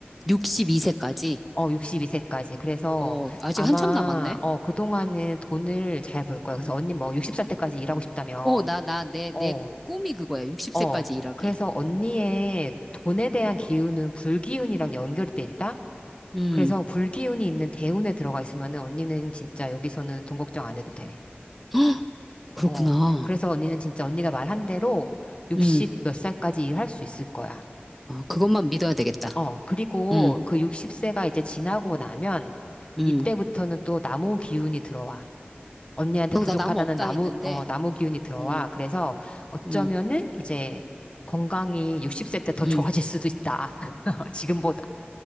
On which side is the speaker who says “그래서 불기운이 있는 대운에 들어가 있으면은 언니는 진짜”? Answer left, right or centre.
Left